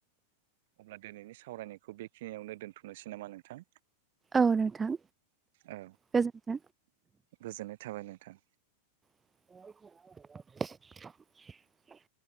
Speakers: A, on the right; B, on the right.
A: अब्ला दिनैनि सावरायनायखौ बेखिनियावनो दोनथ'नोसै नामा नोंथां?
B: औ नोंथां
A: औ
B: गोजोन्थों
A: गोजोननाय थाबाय नों थां।
B: <inaudible>